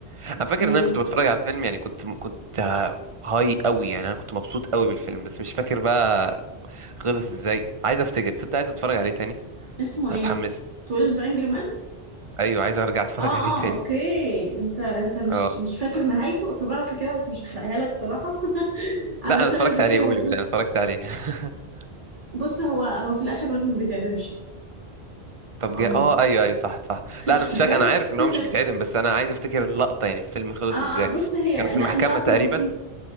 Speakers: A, on the right; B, on the right.
A: انا فاكر
B: امم
A: ان انا كنت بتفرج على الفيلم يعني كنت كنت هاي قوي يعني انا كنت مبسوط قوي بالفيلم بس مش فاكر بقى خلص ازاي عايز افتكر تصدق عايز اتفرج عليه تاني
B: اسمه ايه
A: أنا اتحمست
B: 12 انجري مان
A: ايوه عايز ارجع اتفرج
B: اه اه
A: عليه تاني
B: اوكي انت انت مش
A: اه
B: مش فاكر نهايته طب انا فاكرها بس مش هحرقها لك بصراحة <laughs> علشان
A: لا انا اتفرجت
B: الدنيا
A: عليه
B: ما
A: قولي
B: تبص
A: قولي انا اتفرجت عليه <laughs>
B: بص هو هو في الاخر الراجل ما بيتعدمش يعني
A: طب
B: عموما
A: جاء اه ايوه ايوه صح صح
B: افتكرت
A: لا انا مش فاكر انا عارف
B: <laughs>
A: ان هو مش بيتعدم بس انا عايز افتكر اللقطه يعني الفيلم خلص
B: اه اه
A: ازاي
B: بص هي
A: كانوا في
B: لا
A: المحكمه
B: اللقطة
A: تقريبا
B: بسيطة